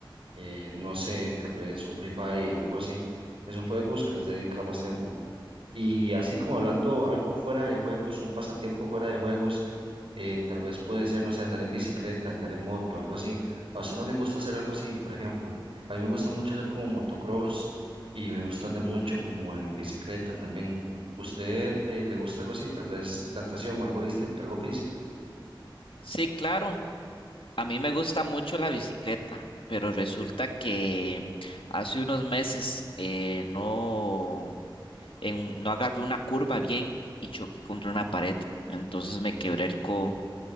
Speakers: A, on the right; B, on the left.
A: eh, no sé, tal vez un Free Fire, algo así, que son juegos que les he dedicado más tiempo. Y así como hablando algo fuera de juegos, un pasatiempo fuera de juegos, eh, tal vez puede ser, no sé, andar en bicicleta, andar en moto, algo así. A usted no le gusta hacer algo así, por ejemplo. A mí me gusta mucho hacer como motocross y me gusta andar mucho como en bicicleta también. ¿Usted eh, le gusta algo así? Tal vez natación o algo distinto, algo físico.
B: Sí, claro. A mí me gusta mucho la bicicleta, pero resulta que hace unos meses eh, no, en un- no agarré una curva bien y choqué contra una pared, entonces me quebré el codo.